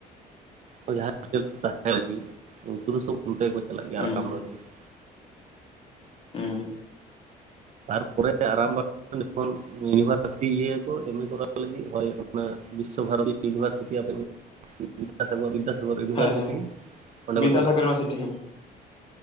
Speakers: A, on the right (about 45°); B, on the left (about 35°).
A: <unintelligible> ᱩᱝᱠᱩ ᱫᱚ ᱥᱚᱵ ᱚᱱᱛᱮ ᱜᱮᱠᱚ ᱪᱟᱞᱟᱜ ᱜᱮᱭᱟ
B: ᱦᱩᱸ
A: <unintelligible>
B: ᱩᱸ
A: ᱛᱟᱨᱯᱚᱨᱮ ᱟᱨᱟᱢ ᱵᱟ ᱡᱚᱠᱷᱚᱱ ᱤᱭᱩᱱᱤᱵᱷᱟᱨᱥᱤᱴᱤ ᱤᱭᱟᱹᱭᱟᱠᱚ ᱮᱢ ᱮ ᱠᱚᱨᱟᱣ ᱞᱟᱹᱜᱤᱫ ᱦᱚᱭ ᱚᱱᱟ ᱵᱤᱥᱥᱚ ᱵᱷᱟᱨᱚᱛᱤ ᱤᱭᱩᱱᱤᱵᱷᱟᱨᱥᱤᱴᱤ ᱟᱯᱮ
B: <inaudible>
A: ᱵᱤᱫᱫᱟᱥᱟᱜᱚᱨ ᱵᱤᱫᱽᱫᱟᱥᱟᱜᱚᱨ ᱤᱭᱩᱱᱤᱵᱷᱟᱨᱥᱤᱴᱤ
B: ᱦᱮᱸ ᱦᱮᱸ
A: ᱚᱸᱰᱮ
B: ᱵᱤᱫᱽᱫᱟᱥᱟᱜᱚᱨ
A: ᱠᱚ ᱪᱟᱞᱟᱜ
B: ᱤᱭᱩᱱᱤᱵᱷᱟᱨᱥᱤᱴᱤ ᱦᱮᱸ